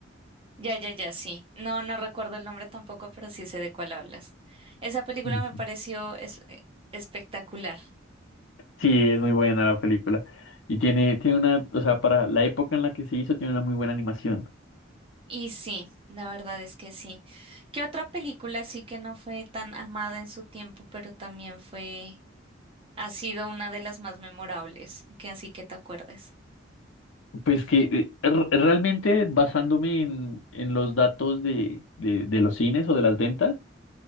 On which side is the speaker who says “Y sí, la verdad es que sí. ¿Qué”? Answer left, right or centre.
Right